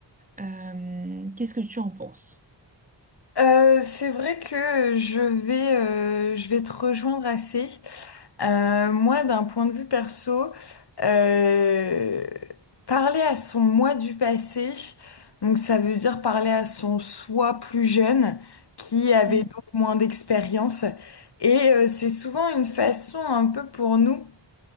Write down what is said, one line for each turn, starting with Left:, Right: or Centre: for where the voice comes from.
Right: Euh, qu'est-ce que tu en penses?
Left: Euh, c'est vrai que je vais, euh, je vais te rejoindre assez. Euh, moi, d'un point de vue perso, euh, parler à son moi du passé, donc ça veut dire parler à son soi plus jeune, qui avait
Right: Mm,
Left: donc moins d'expérience. Et euh, c'est souvent une façon un peu pour nous